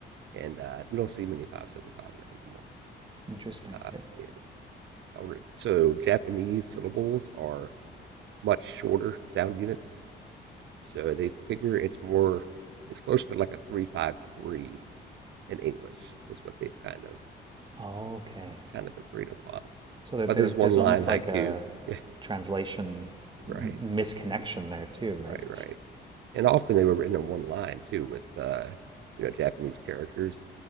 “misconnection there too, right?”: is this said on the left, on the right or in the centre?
Right